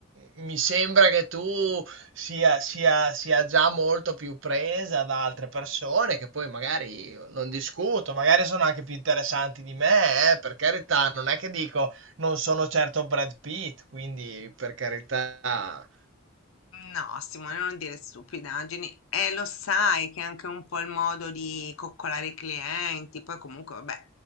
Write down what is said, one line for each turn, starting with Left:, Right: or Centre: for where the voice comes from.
Right: mi sembra che tu sia, sia- sia già molto più presa da altre persone che poi magari io non discuto, magari sono anche più interessanti di me, eh, per carità, non è che dico non sono certo Brad Pitt, quindi per carità.
Left: No, Simone, non dire stupidaggini. E lo sai che è anche un po' il modo di coccolare i clienti. Poi comunque, vabbè,